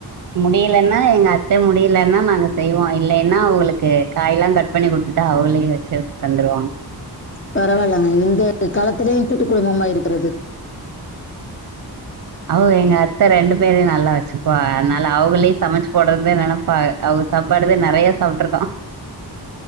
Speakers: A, on the right; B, on the left.
A: முடியலன்னா எங்க அத்த முடியலன்னா நாங்க செய்வோ இல்லேன்னா அவுங்களுக்கு காய்லா கட் பண்ணி குடுத்துட்டா அவுகளே வெச்சு தந்துருவாங்.
B: பரவாலங்க இந்த காலத்துலியு கூட்டு குடும்பமா இருக்கறது.
A: அவு எங்க அத்த ரெண்டு பேரயு நல்லா வெச்சு பா அனால அவுகளே சமைச்சு போட்றதுதா நெனப்பாக, அவுக சாப்பாடுதா நெறைய சாப்ட்டுருக்கோ.